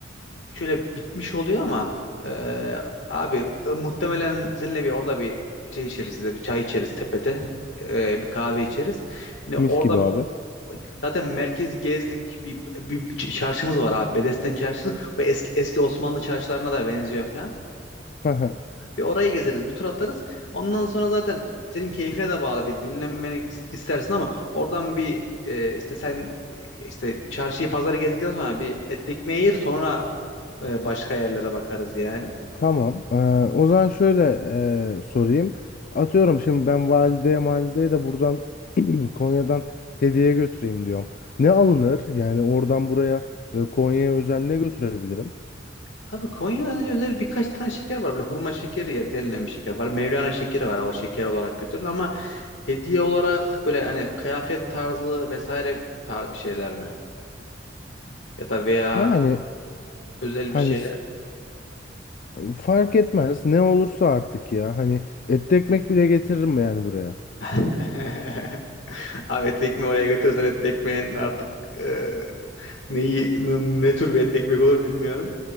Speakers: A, on the left; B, on the left.
A: şöyle bitmiş oluyor ama e, abi e, muhtemelen seninle bir orada bir şey içeriz de bir çay içeriz tepede E, bir kahve içeriz. Hani
B: Mis
A: orada
B: gibi abi.
A: zaten merkezi gezdik bir, bir çarşımız var abi Bedesten çarşısı. Bu eski eski Osmanlı çarşılarına da benziyor falan.
B: Hı hı.
A: Bir orayı gezeriz, bir tur atarız. Ondan sonra zaten senin keyfine de bağlı bir dinlenmeni is- istersin ama oradan bir e, işte sen e, işte çarşıyı pazarı gezdikten sonra bir et ekmeği yer sonra e, başka yerlere bakarız yani.
B: Tamam. Ee, o zaman şöyle e, sorayım. Atıyorum şimdi ben valideye malideye de buradan Konya'dan hediye götüreyim diyorum. Ne alınır? Yani oradan buraya ve Konya'ya özel ne götürebilirim?
A: Abi Konya'da özel birkaç tane şeker var. Böyle hurma şekeri ya- denilen bir şeker var. Mevlana şekeri var. O şeker olarak götürülür ama hediye olarak böyle hani kıyafet tarzı vesaire tar bir şeyler mi? Ya da veya
B: Yani
A: özel
B: hani
A: bir şey
B: s- fark etmez ne olursa artık ya. Hani etli ekmek bile getiririm yani buraya.
A: <laughs> Ahmet Ekmek'i oraya götürürsen Ahmet Ekmek'in artık e, neyi ne tür bir etli ekmek olur bilmiyorum.